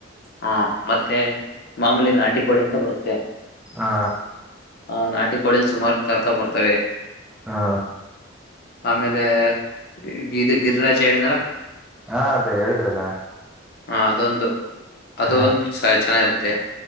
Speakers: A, on the left; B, in the centre.
A: ಹಾ ಮತ್ತೆ ಮಾಮೂಲಿ ನಾಟಿಕೋಳಿ ಅಂತ ಬರುತ್ತೆ.
B: ಹಾ
A: ಹಾ ನಾಟಿ ಕೋಳಿ ಅಲ್ಲಿ ಸುಮಾರು ತರ್ತಾ ಬರ್ತವೆ.
B: ಹಾ
A: ಆಮೇಲೆ ಗಿದು ಗಿರಿರಾಜ್ ಹೇಳಿದ್ನಲ್ಲ.
B: ಹಾ ಅದೇ ಹೇಳಿದ್ರಲ್ಲ.
A: ಹಾ ಅದೊಂದು ಅದು
B: ಹ
A: ಒಂದು ಸ ಚೆನ್ನಾಗಿರುತ್ತೆ.